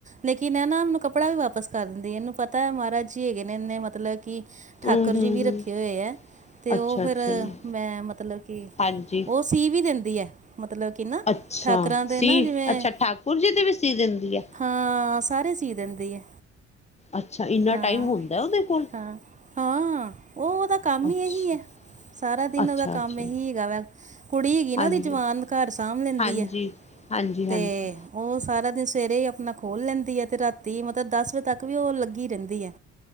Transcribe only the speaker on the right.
ਲੇਕਿਨ ਐਹ ਨਾ ਮੈਨੂੰ ਕੱਪੜਾ ਵੀ ਵਾਪਸ ਕਰ ਦਿੰਦੀ, ਇਹਨੂੰ ਪਤਾ ਐ ਮਹਾਰਾਜ ਜੀ ਹੈਗੇ ਨੇ ਇਹਨੇ ਮਤਲਬ ਕਿ ਠਾਕੁਰ
ਜੀ ਵੀ
ਰੱਖੇ ਹੋਏ ਐ, ਤੇ
ਉਹ ਫਿਰ
ਮੈਂ ਮਤਲਬ ਕਿ,
ਉਹ ਸੀ ਵੀ ਦਿੰਦੀ ਐ ਮਤਲਬ ਕਿ ਨਾ
ਠਾਕੁਰਾਂ ਦੇ
ਨਾ ਜਿਵੇਂ
ਹਾਂ ਸਾਰੇ ਸੀ ਦਿੰਦੀ ਐ।
ਹਾਂ,
ਹਾਂ, ਹਾਂ ਉਹਦਾ ਕੰਮ
ਹੀ ਇਹੀ ਆ। ਸਾ ਸਾਰਾ ਦਿਨ
ਉਹਦਾ ਕੰਮ
ਇਹੀ ਹੈਗਾ ਵਾ, ਕੁੜੀ ਹੀਗੀ ਨਾ
ਉਹਦੀ ਜਵਾਨ ਘਰ ਸਾਂਭ ਲੈਂਦੀ
ਆ।
ਤੇ ਉਹ ਸਾਰਾ ਦਿਨ ਸਵੇਰੇ ਹੀ ਆਪਣਾ ਖੋਲ ਲੈਂਦੀ ਐ ਤੇ ਰਾਤੀ ਮਤਲਬ ਦਸ ਵਜੇ ਤੱਕ ਵੀ ਉਹ ਲੱਗੀ ਰਹਿੰਦੀ ਐ।